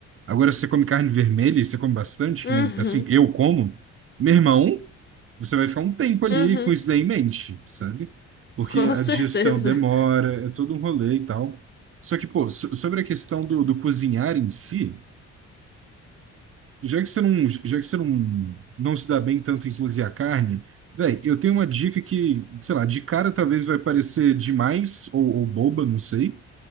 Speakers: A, on the right; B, on the left.
A: Agora, se você come carne vermelha, e você come bastante,
B: uhum,
A: que nem, assim, eu como, meu irmão, você vai ficar um tempo ali
B: uhum,
A: com isso daí em mente, sabe? Porque
B: com
A: a
B: certeza.
A: digestão demora, é todo um rolê e tal. Só que, pô, so- sobre a questão do, do cozinhar em si. Já que você não, já que você não, não se dá bem tanto em cozinhar carne, véi, eu tenho uma dica que, sei lá, de cara talvez vai parecer demais ou, ou boba, não sei.